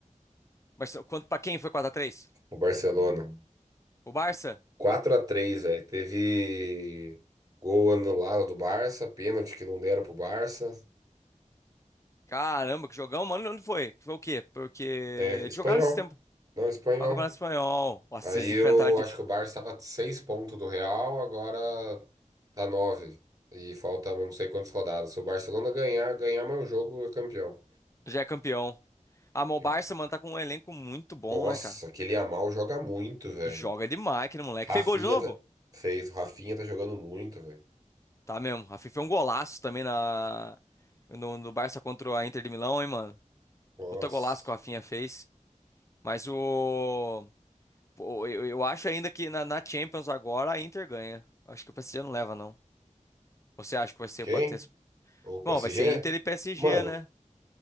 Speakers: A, on the left; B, on the right.
A: Mas quanto pra quem foi quatro a três?
B: O Barcelona.
A: O Barça?
B: quatro a três, velho. Teve gol anulado do Barça, pênalti que não deram pro Barça.
A: Caramba, que jogão, mano. Onde foi? Que foi o quê? Porque eles
B: É, espanhol.
A: jogaram esse tempo.
B: Não, espanhol.
A: Ó, O Campeonato Espanhol. Nossa,
B: Aí
A: eles
B: eu
A: enfrentaram.
B: acho que o Barça estava seis pontos do Real, agora tá nove E falta não sei quantas rodadas. Se o Barcelona ganhar, ganhar mais um jogo, é campeão.
A: Já é campeão. Ah, mas
B: Eu-
A: o Barça, mano, tá com um elenco muito bom,
B: Nossa,
A: né, cara?
B: aquele Yamal joga muito, velho.
A: Joga demais aquele moleque.
B: Rafinha
A: Fez gol de novo?
B: tá... fez, o Rafinha tá jogando muito, velho.
A: Tá mesmo. A FIFA é um golaço também na... no, no Barça contra a Inter de Milão, hein, mano?
B: Nossa.
A: Puta golaço que o Rafinha fez. Mas o... pô, Eu, eu acho ainda que na, na Champions agora a Inter ganha. Acho que o PSG não leva, não. Você acha que vai ser...
B: Quem?
A: Pode ter...
B: O PSG?
A: Bom, vai ser Inter e PSG,
B: Mano,
A: né?